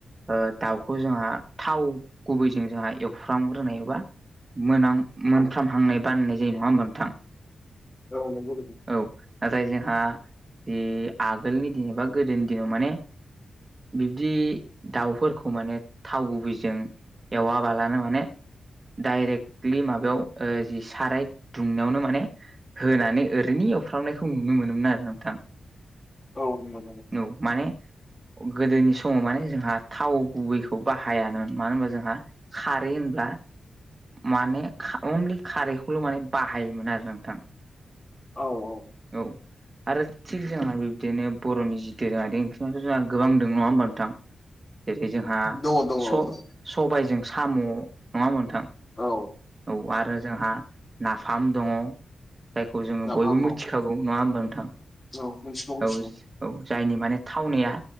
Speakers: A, on the right (about 25°); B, on the left (about 25°).
A: ओ दाउखौ जोंहा थाव गुबैजों जोंहा एवफ्राम ग्रोनाय एबा मोनाम मोनफ्रामहांनाय
B: औ
A: बानायनाय जायो नङा होमबा नोंथां
B: औ नंगौ
A: औ नाथाय जोंहा जि आगोलनि दिन एबा गोदोनि दिनाव माने बिब्दि दाउफोरखौ माने थाव गुबैजों एवा बालानो माने डाइरेक्टलि माबायाव ओ जि साराय दुंनायावनो माने होनानै ओरैनो एवफ्रामनायखौ नुनो मोनोमोन आरो नोंथां
B: औ मोनो <unintelligible>
A: औ माने गोदोनि समाव माने जोंहा थाव गुबैखौ बाहायान मानो होनबा जोंहा खारै होनब्ला माने अनलि खारैखौल' माने बाहायोमोन आरो नोंथां।
B: औ औ
A: औ आरो थिग जोंहा बिब्दिनो बर'नि जि दोरोङारि ओंख्रियावथ' जोंहा गोबां दोङो नङा होमबा नोंथां? जेरै जोंहा
B: दङ दङ
A: स
B: औ
A: स
B: दङ
A: सबाइजों साम' नङा ओमबा नोंथां
B: औ
A: औ आरो जोंहा नाफाम दङ। जायखौ जोङो
B: नाफाम
A: बयबो मिथिखागौ
B: औ
A: नङा ओमबा नोंथां
B: औ मिथिगौ मिथिगौ
A: औ औ जायनि माने थावनाया